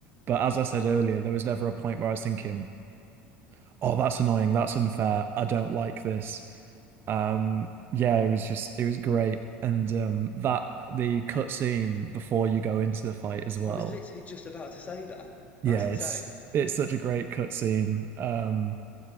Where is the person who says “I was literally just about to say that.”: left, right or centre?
Left